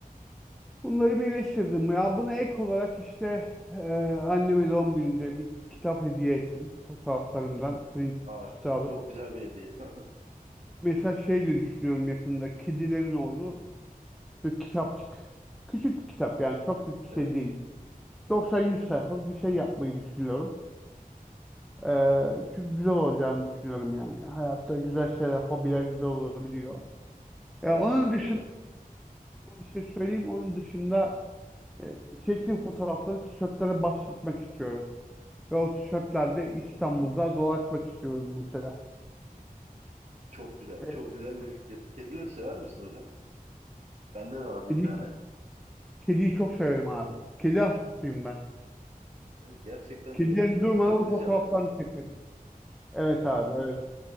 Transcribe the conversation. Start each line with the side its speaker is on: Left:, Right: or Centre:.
Centre: Bunları birleştirdim. Ya buna ek olarak işte e, anneme doğum gününde bir kitap hediye ettim. Fotoğraflarımdan print
Right: Aa
Centre: çıktı alıp.
Right: çok güzel bir hediye. <laughs>
Centre: Mesela şey de düşünüyorum yakında kedilerin olduğu bir kitapçık. Küçük bir kitap yani çok büyük bir
Right: Evet,
Centre: şey değil. 90-100 sayfalık bir şey yapmayı düşünüyorum. Ee, çünkü güzel olacağını düşünüyorum yani. Hayatta güzel şeyler, hobiler güzel olabiliyor. Ee,
Right: evet
Centre: onun
Right: bence
Centre: dışında
Right: de.
Centre: bir şey söyleyeyim. Onun dışında e, çektiğim fotoğrafları tişörtlere bastırmak istiyorum. Ve o tişörtlerde
Right: Hı hı.
Centre: İstanbul'da dolaşmak istiyorum mesela.
Right: Çok güzel,
Centre: Ee,
Right: çok güzel bir fikir. Kedileri sever misin hocam? Bende de var bir
Centre: kedi,
Right: tane.
Centre: kediyi çok severim abi. Kedi hastasıyım ben.
Right: Evet, gerçekten
Centre: Kedilerin
Right: çok sevimli
Centre: durmadan fotoğraflarını
Right: canlılar.
Centre: çekerim. Evet abi öyle.